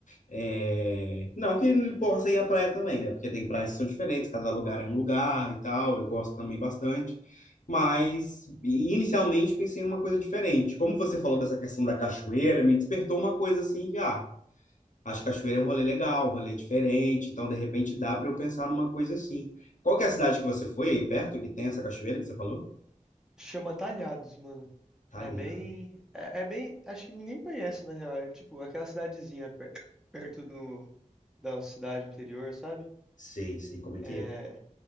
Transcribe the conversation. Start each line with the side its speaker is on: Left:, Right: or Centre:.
Left: É, Não que ele possa ir à praia também, né? Porque tem praias que são diferentes, cada lugar é um lugar e tal. Eu gosto também bastante. Mas inicialmente pensei em uma coisa diferente. Como você falou dessa questão da cachoeira, me despertou uma coisa assim que, ah, acho que cachoeira é um rolê legal, um rolê diferente. Então, de repente, dá para eu pensar numa coisa assim. Qual que é a cidade que você foi aí perto, que tem essa cachoeira que você falou?
Centre: Chama Talhados, mano.
Left: Talhão.
Centre: É bem. É, é bem. Acho que ninguém conhece, na real. É tipo aquela cidadezinha per- perto do, da cidade anterior, sabe?
Left: Sei, sei como é
Centre: É,
Left: que